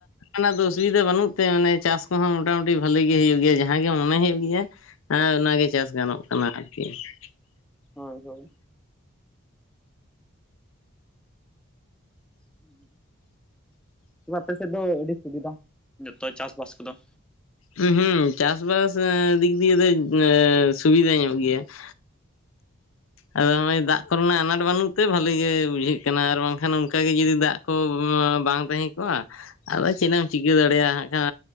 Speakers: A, on the left; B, in the centre.
A: ᱚᱝᱠᱟᱱᱟᱜ ᱫᱚ ᱚᱥᱩᱵᱤᱫᱷᱟ ᱵᱟᱹᱱᱩᱜ ᱛᱮ ᱢᱟᱱᱮ ᱪᱟᱥ ᱠᱚᱦᱚᱸ ᱢᱚᱴᱟ-ᱢᱩᱴᱤ ᱵᱟᱹᱞᱤ ᱜᱮ ᱦᱩᱭᱩᱜ ᱜᱮᱭᱟ ᱡᱟᱦᱟᱸ ᱜᱮ ᱢᱚᱱᱮ ᱦᱩᱭᱩᱜ ᱜᱮᱭᱟ ᱾ ᱦᱮᱸ ᱚᱱᱟᱜᱮ ᱪᱟᱥ ᱜᱟᱱᱚᱜ ᱠᱟᱱᱟ ᱟᱨᱠᱤ ᱾
B: ᱦᱚᱭ ᱦᱚᱭ ᱾ <unintelligible> ᱟᱯᱮ ᱥᱮᱫ ᱫᱚ ᱟᱹᱰᱤ ᱥᱩᱵᱤᱫᱟ <inaudible> ᱡᱚᱛᱚ ᱪᱟᱥ-ᱵᱟᱥ ᱠᱚᱫᱚ ᱾
A: ᱦᱩᱸ ᱦᱩᱸ ᱪᱟᱥᱵᱟᱥ ᱫᱤᱠ ᱫᱤᱭᱮ ᱫᱚ ᱥᱩᱵᱤᱫᱟ ᱧᱚᱜ ᱜᱮᱭᱟ ᱾ ᱟᱫᱚ ᱱᱚᱜ-ᱚᱭ ᱫᱟᱜ ᱠᱚ ᱨᱮᱱᱟᱜ ᱟᱱᱟᱴ ᱵᱟᱹᱱᱩᱜ ᱛᱮ ᱵᱷᱟᱹᱞᱤ ᱜᱮ ᱵᱩᱡᱷᱟᱹᱜ ᱠᱟᱱᱟ ᱟᱨ ᱵᱟᱝᱠᱷᱟᱱ ᱚᱱᱠᱟ ᱜᱮ ᱡᱩᱫᱤ ᱫᱟᱜ ᱼᱼ ᱠᱚ ᱵᱟᱝ ᱛᱟᱦᱮᱸ ᱠᱚᱜ-ᱟ ᱼᱼ ᱟᱫᱚ ᱪᱮᱫ ᱮᱢ ᱪᱤᱠᱟᱹ ᱫᱟᱲᱮᱭᱟᱜ-ᱟ ᱠᱷᱟᱱ